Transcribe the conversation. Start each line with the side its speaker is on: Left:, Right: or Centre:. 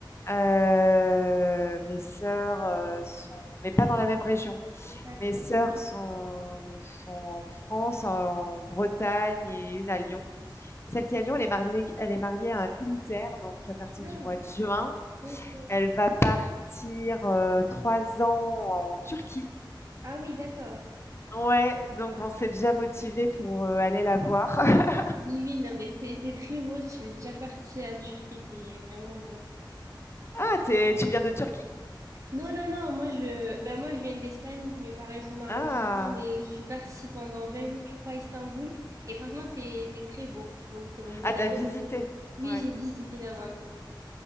Left: Heu, mes sœurs, heu, sont mais pas dans la même région.
Right: d'accord.
Left: Mes sœurs sont sont en France, en en Bretagne et une à Lyon. Celle qui est à Lyon, elle est mariée elle est mariée à un militaire, donc à partir
Right: Ah,
Left: du mois de juin,
Right: ok.
Left: elle va partir, heu, 3 ans en Turquie
Right: Ah oui, d'accord.
Left: Ouais, donc on s'est déjà motivé pour, heu, aller la voir. <laughs>
Right: Oui, oui, non, mais c'est, c'est très beau. Je suis déjà partie en Turquie, c'est vraiment beau.
Left: Ah, tu tu viens de Turquie?
Right: Non, non, non, moi je, ben moi je viens d'Espagne, mes parents ils sont marocains,
Left: Ah!
Right: mais je suis partie pendant 20 jours, je crois, à Istanbul. Et franchement, c'est c'est très beau, donc euh, vous
Left: Ah,
Right: allez
Left: t'as
Right: bien
Left: visité?
Right: aimer. Oui,
Left: Ouais.
Right: j'ai visité là-bas, oui.